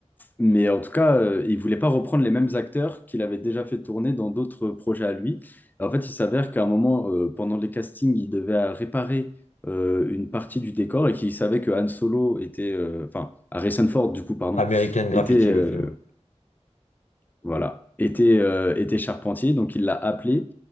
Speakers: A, on the left (about 15°); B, on the left (about 80°).
A: Mais en tout cas, euh, il voulait pas reprendre les mêmes acteurs qu'il avait déjà fait tourner dans d'autres projets à lui. En fait, il s'avère qu'à un moment, euh, pendant les castings, il devait euh, réparer euh, une partie du décor et qu'il savait que Han Solo était, euh, enfin, Harrison Ford, du coup, pardon,
B: American Graffiti,
A: était, euh,
B: le film.
A: voilà, était, euh, était charpentier. Donc, il l'a appelé.